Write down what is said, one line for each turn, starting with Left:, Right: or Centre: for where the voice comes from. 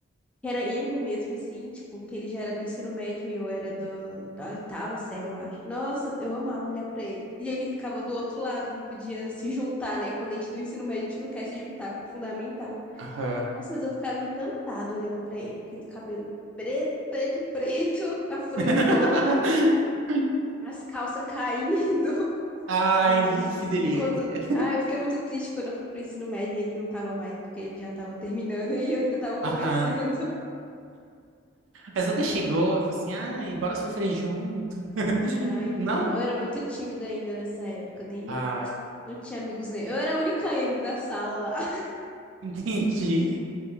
Centre: que era emo mesmo, assim, tipo, que ele já era do ensino médio e eu era do, da oitava série, eu acho. Nossa, eu amava olhar pra ele. E ele ficava do outro lado, não podia se juntar, né? Quando a gente do ensino médio, a gente não quer se juntar com o fundamental.
Right: Aham.
Centre: Nossa, mas eu ficava encantada olhando pra ele, com aquele cabelo preto, preto, preto, <laughs> a franjona,
Right: <laughs>
Centre: as calças caindo.
Right: Ai,
Centre: Ai, nossa.
Right: que delícia.
Centre: É quando. Ah, eu fiquei muito triste quando eu fui pro ensino médio e ele não tava mais, porque ele já tava terminando <laughs> e eu ainda tava começando.
Right: Aham. Mas nunca chegou e falou assim, ai, bora sofrer junto.
Centre: <laughs> Ai,
Right: Não?
Centre: não, eu era muito tímida ainda nessa época, nem.
Right: Ai,
Centre: Não tinha amigos nem. Eu era a única emo da sala lá. <laughs>
Right: <laughs> entendi.